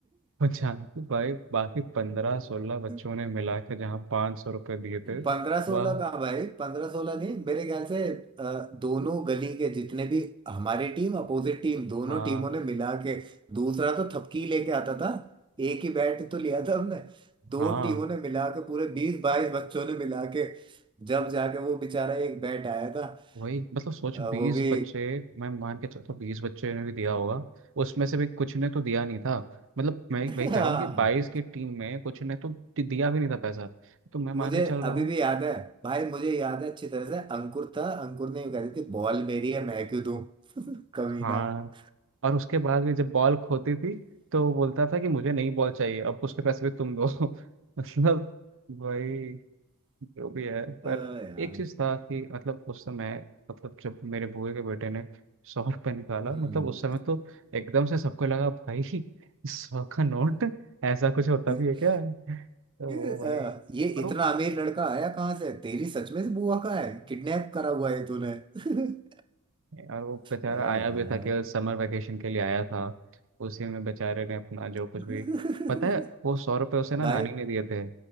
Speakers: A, on the right; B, on the right.
A: और जानकी भाई बाकी पंद्रह सोलह बच्चों
B: <laughs>
A: ने मिला के जहाँ पाँच सौ रुपये दिए थे
B: पंद्रह सोलह
A: वह
B: का भाई पंद्रह सोलह नहीं मेरे ख्याल से अ, दोनों गली के जितने भी हमारी टीम अपोजिट टीम दोनों
A: हाँ
B: टीमों ने मिला के दूसरा तो थपकी लेके आता था एक ही बैट तो लिया था हमने दो
A: हाँ
B: टीमों ने मिला के पूरे बीस बाईस बच्चों ने मिला के जब जाके वो बेचारा एक बैट आया था
A: वही मतलब सोच
B: अ,
A: बीस
B: वो भी
A: बच्चे मैं मान के चलता हूँ बीस बच्चे ने भी दिया होगा उसमें से भी कुछ ने तो दिया नहीं था मतलब मैं
B: <laughs>
A: वही कह
B: हाँ
A: रहा हूँ कि बाईस की टीम में कुछ ने तो दि- दिया भी नहीं था पैसा तो मैं मान
B: मुझे
A: के चल रहा
B: अभी
A: हूँ
B: भी याद है भाई मुझे याद है अच्छी तरह से अंकुर था अंकुर ने यूं कह दी थी बॉल मेरी है मैं क्यों दूं <laughs> कमीना
A: हाँ
B: <laughs>
A: और उसके बाद भी जब बॉल खोती थी तो वो बोलता था कि मुझे नई बॉल चाहिए अब उसके पैसे भी तुम दो <laughs> मतलब वही जो भी है
B: अ,
A: पर
B: यार
A: एक चीज था कि मतलब उस समय मतलब जब मेरे बुए के बेटे ने सौ रुपये निकाला
B: हम्म।
A: मतलब उस समय तो एकदम से सबको लगा भाई <laughs> सौ का नोट ऐसा कुछ होता
B: <laughs>
A: भी है क्या तो वो
B: ये
A: भाई
B: अ, ये
A: पर
B: इतना
A: वो
B: अमीर लड़का आया कहाँ से तेरी सच में से बुआ का है किडनैप करा हुआ है तूने <laughs> अ,
A: और वो बेचारा
B: यार
A: आया भी था केवल समर वेकेशन के लिए आया था उसी में बेचारे ने अपना जो कुछ
B: <laughs>
A: भी पता है वो सौ रुपए उसे ना
B: भाई
A: नानी ने दिए थे